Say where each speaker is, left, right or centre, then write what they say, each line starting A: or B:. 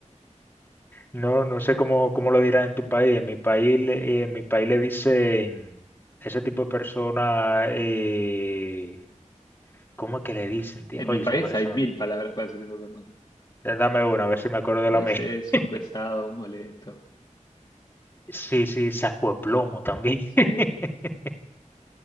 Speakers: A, on the left; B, on the left.
A: No, no sé cómo, cómo lo dirán en tu país. En mi país, le- eh, en mi país le dicen ese tipo de persona, eh, ¿cómo es que le dicen? tío?
B: En
A: Oye,
B: mi país
A: se me- se
B: hay mil
A: me-
B: palabras para ese tipo de personas.
A: da- dame una, a ver si me acuerdo de
B: No
A: la mía.
B: sé, son
A: <laughs>
B: pesados, molestos.
A: Sí, sí, saco de plomo también.
B: Sí.
A: <laughs>